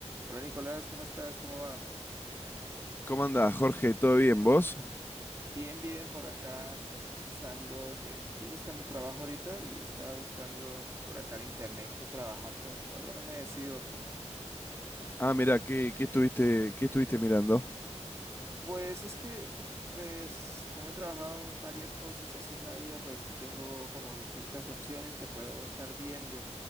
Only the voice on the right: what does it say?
Hola Nicolás, ¿cómo estás? ¿Cómo vas?
Bien, bien, por acá pensando que estoy buscando trabajo ahorita y estaba buscando por acá en internet que trabajar, pero todavía no me decido.
Pues es que, pues como he trabajado en varias cosas así en la vida, pues tengo como distintas opciones que puedo estar viendo.